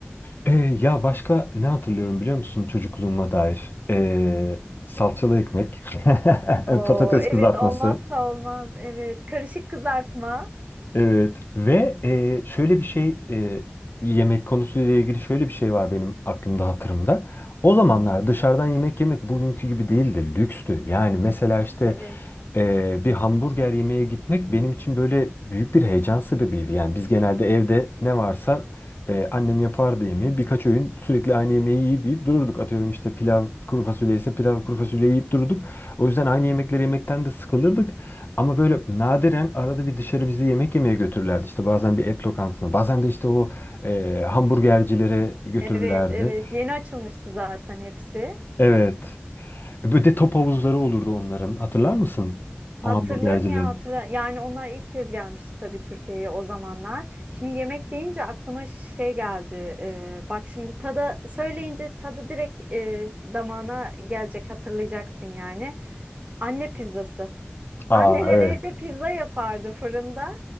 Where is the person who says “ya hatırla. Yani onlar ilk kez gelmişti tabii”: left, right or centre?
Right